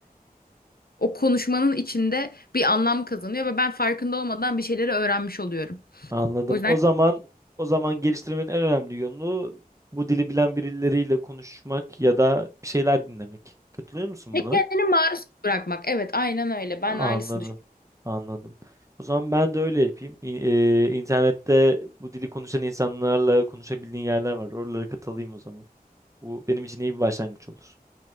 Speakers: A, on the left; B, on the right.
A: o konuşmanın içinde bir anlam kazanıyor ve ben farkında olmadan bir şeyleri öğrenmiş oluyorum.
B: Anladım.
A: O yüzden
B: O zaman o zaman geliştirmenin en önemli yönü bu dili bilen birileriyle konuşmak ya da bir şeyler dinlemek. Katılıyor musun
A: E,
B: buna?
A: kendini maruz bırakmak. Evet, aynen öyle. Ben
B: Anladım.
A: de aynısını düşünüyorum.
B: Anladım. O zaman ben de öyle yapayım. İ- e, İnternette bu dili konuşan insanlarla konuşabildiğin yerler var. Oralara katılayım o zaman. Bu benim için iyi bir başlangıç olur.